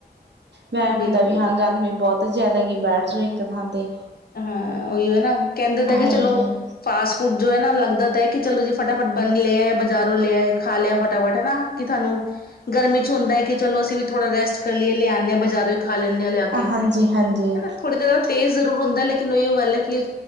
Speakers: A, on the right; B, on the left.
A: ਇਹ
B: ਬਿਲਕੁਲ
A: ਵੀ ਹੈ ਕਿ ਗਰਮੀ ਬਹੁਤ ਜ਼ਿਆਦਾ ਹੁੰਦੀ ਹੈ, ਇਸ ਕਰਕੇ ਬੰਦਾ ਇੱਕ ਥਾਂ ਤੇ ਬੈਠਾ ਰਹਿਣ ਨੂੰ ਹੀ ਪਸੰਦ ਕਰਦਾ ਹੈ ਜੀ।
B: ਹਾਂ ਜੀ, ਉਹੀ ਨਾ ਕਹਿੰਦੇ ਹਨ
A: ਹਾਂਜੀ।
B: ਕਿ
A: ਹਾਂਜੀ,
B: ਚਲੋ! ਫਾਸਟ ਫੂਡ ਬਾਰੇ ਲੱਗਦਾ ਹੈ ਕਿ ਚਲੋ ਜੀ, ਫਟਾਫਟ ਬਣ ਲਿਆ ਜਾਂ ਬਜ਼ਾਰੋਂ ਲੈ ਆਏ ਤੇ ਖਾ ਲਿਆ। ਇਹ ਸੌਖਾ ਵੀ ਲੱਗਦਾ ਹੈ ਜੀ ਕਿਉਂਕਿ ਗਰਮੀ ਵਿੱਚ ਵੀ ਮਨ ਕਰਦਾ ਹੈ ਕਿ ਚਲੋ, ਅਸੀਂ ਵੀ ਥੋੜ੍ਹਾ ਰੈਸਟ ਕਰ ਲਈਏ, ਬਜ਼ਾਰੋਂ ਹੀ ਲੈ ਆਉਂਦੇ ਹਾਂ। ਖਾ ਲੈਂਦੇ ਹਾਂ, ਲਿਆ ਕੇ,
A: ਹਾਂਜੀ, ਹਾਂਜੀ।
B: ਹਨਾ? ਥੋੜ੍ਹੀ ਦੇਰ ਲਈ ਆਰਾਮ ਕਰ ਲੈਂਦੇ ਹਾਂ। ਸਵਾਦ ਤਾਂ ਜ਼ਰੂਰ ਹੁੰਦਾ ਹੈ, ਪਰ ਉਹੀ ਗੱਲ ਹੈ ਕਿ ਇਹ